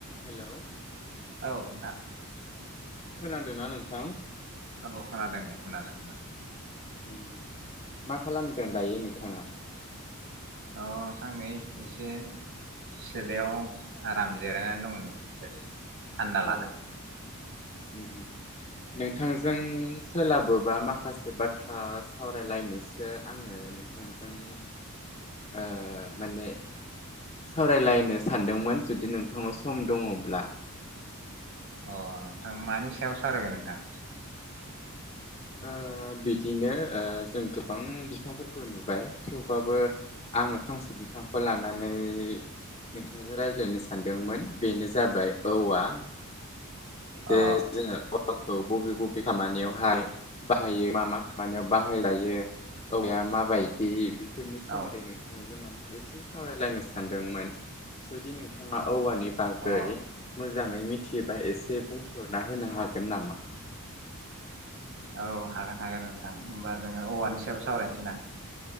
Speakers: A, on the left; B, on the right.
A: Hello
B: औ नोंथां।
A: खोनादोंना नोंथां?
B: औ खोनादों दे खोनादों खोनादों।
A: ओम मा खालामदों दायो नोंथाङा?
B: अ नोंथां नै एसे सिलायाव आराम जिरायनानै दङ नै एसे। थान्दा लादों।
A: औ उम उम नोंथांजों सोलाबोबा माखासे बाथ्रा सावरायलायनोसो आङो नोंथांजों ओ माने सावरायलायनो सानदोंमोन जुदि नोंथांनाव सम दङब्ला।
B: अ नोंथां मानि सायाव सावरायगोन नोंथां?
A: ओ बिदिनो ओ जों गोबां बिफांफोरखौ नुबाय थेवबाबो आङो फांसे बिफांखौ लानानै नोंथांजों रायज्लायनो सानदोंमोन बेनो जाबाय औवा। बेे
B: अ
A: जोङो <unintelligible> औ बबे बबे खामानियावहाय बाहायो मा मा खामानियाव बाहायजायो औवाया माबायदि बि फोरनि सोमोन्दै
B: औ
A: नोंथांजों माने एसे सावरायलायनो सानदोंमोन जुदि नोंथाङा औवानि बागै
B: अ
A: मोजाङै मिथियोबा एसे हरना होनो हागोन नामा?
B: औ हागोन हागोन नोंथां होमबा जोङो औवानि सायाव सावरायनोसै ना